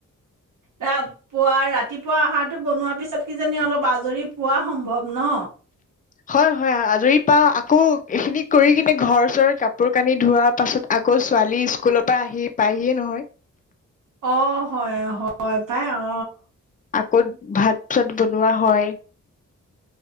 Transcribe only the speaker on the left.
হয়, হয় আজৰি বা, আকৌ এইখিনিক কৰি কিনে ঘৰ চৰ, কাপোৰ কানি ধোৱাৰ পাছত আকৌ, ছোৱালী স্কুলৰ পৰা আহি পায়হিয়ে নহয়।
আকৌ, ভাত-চাত বনোৱা হয়।